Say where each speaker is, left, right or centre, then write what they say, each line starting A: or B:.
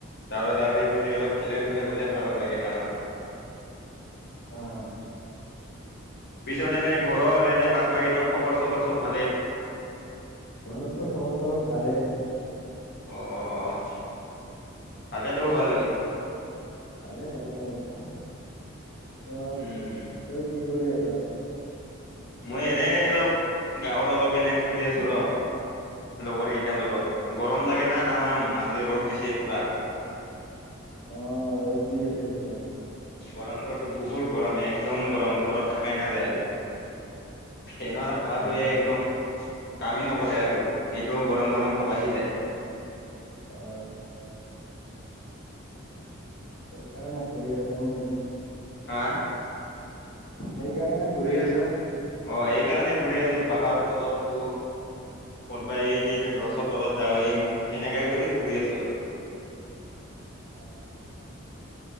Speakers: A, on the left; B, on the left.
A: দাউৰি দাউৰি গ'লে, অলপ খেলা ধুলা কৰিলে ভাগৰ লাগে তামাম।
B: অ'।
A: পিছত এনে ঘৰৰ এনে বাট বাকীত খবৰ চবৰ চব ভালেই।
B: ঘৰততো খবৰ চবৰ ভালেই।
A: অ' ভালেইতো হবা লাগে।
B: ভালে হ'ব লাগে পিছত,
A: উম
B: তই কি কৰি আছ?
A: মই এনেই অলপ গাঁৱত অলপ এনে ফুৰি আছোঁ ৰ। লগৰকেইটাৰ লগত। গৰম লাগে না তামাম আজি ৰ'দ দিছে পুৰা।
B: অ' ৰ'দ দি আছে এতিয়া।
A: গৰমটোতো বহুত গৰম, একদম গৰম, ঘৰত থাকাই নাযায় আৰু। ফেনৰ হাৱাতোৱে
B: হয়
A: একদম কামেই নকৰে আৰু সেইটোও গৰম গৰম ভাব আহি যায়।
B: হয়। সেইকাৰণে ঘূৰি আছ নেকি?
A: হা?
B: সেইকাৰণে ঘূৰি আছা?
A: অ' এই কাৰণে ঘূৰি আছোঁ, বাহৰ তলত থাকো। ক'ত বা এই দি যে গছৰ তলত যাও, সেনেকা কৰি ঘূৰি আছোঁ আৰু।
B: অ'।